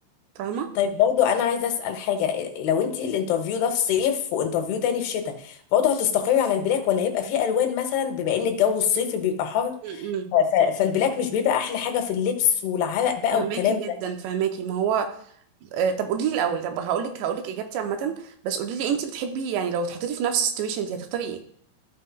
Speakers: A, on the right; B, on the left.
A: فاهمه
B: طيب برضو انا عايزه اسال حاجه لو انت الانترفيو ده في صيف وانترفيو تاني في شتاء برضو هتستقري على البلاك ولا هيبقى فيه الوان مثلا بما ان الجو الصيفي بيبقى حر
A: امم
B: ف- ف- فالبلاك مش بيبقى احلى حاجه في اللبس والعرق بقى
A: فهماكي
B: والكلام
A: جدا
B: ده
A: فهماكي ما هو آه، طب قولي لي الاول طب هقول لك هقول لك اجابتي عامه بس قولي لي انت بتحبي يعني لو اتحطيتي في نفس السيتويشن دي هتختاري ايه